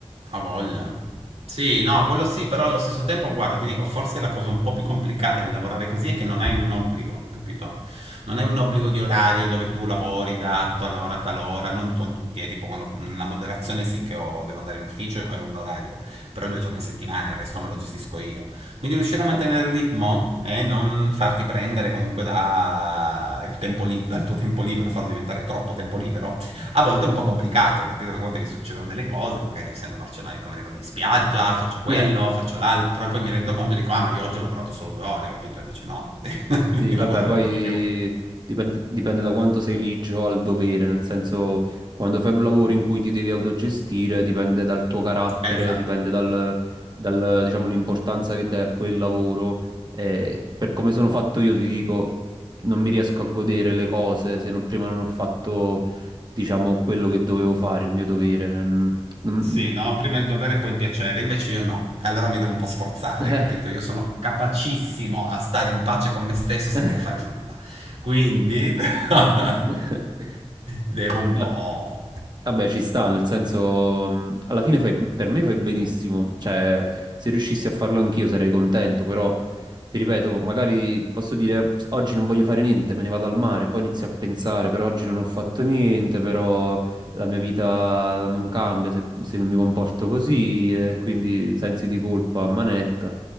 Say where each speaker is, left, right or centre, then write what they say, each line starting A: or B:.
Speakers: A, on the right (about 70°); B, on the right (about 40°).
A: Ha voglia. eh? Sì, no, quello sì, però allo stesso tempo, guarda, ti dico, forse la cosa un po' più complicata di lavorare così è che non hai un obbligo, capito? Non hai un obbligo di orario dove tu lavori da tal ora a tal ora, non con tutti, è tipo quando la moderazione sì che ho- devo andare in ufficio, è un orario, però due giorni a settimana, il resto me lo gestisco io. Quindi riuscire a mantenere il ritmo e non farti prendere comunque da il tempo lib- dal tuo tempo libero, farlo diventare troppo tempo libero, a volte è un po' complicato, capito? Perché a volte mi succedono delle cose, che magari io essendo barcelonaico me ne vado in spiaggia, faccio quello,
B: Eh,
A: faccio l'altro, e poi mi rendo conto e dico, ah, ma io oggi ho lavorato solo due ore, capito? E invece no, devi
B: sì, vabbè,
A: <laughs> lavorare
B: poi
A: un po' di più.
B: dipende, dipende da quanto sei ligio al dovere, nel senso quando fai un lavoro in cui ti devi autogestire, dipende dal tuo carattere,
A: Esatto.
B: dipende dal, dal, diciamo, l'importanza che dai a quel lavoro. E per come sono fatto io ti dico, non mi riesco a godere le cose se non- prima non ho fatto, diciamo, quello che dovevo fare, il mio dovere. Mm, mm,
A: Sì, no, prima il dovere e poi il piacere, invece io no. Allora mi devo un po' sforzare,
B: <laughs>
A: capito? Io sono capacissimo a stare in pace con me stesso senza
B: eh.
A: fare nulla. Quindi <laughs>
B: <laughs>
A: devo un
B: No,
A: po'
B: Vabbè, ci sta, nel senso, mh, alla fine fai- per me fai benissimo, cioè, se riuscissi a farlo anch'io sarei contento, però, ti ripeto, magari posso dire, oggi non voglio fare niente, me ne vado al mare, poi inizio a pensare, però oggi non ho fatto niente, però la mia vita non cambia se, se mi comporto così, e quindi sensi di colpa a manetta,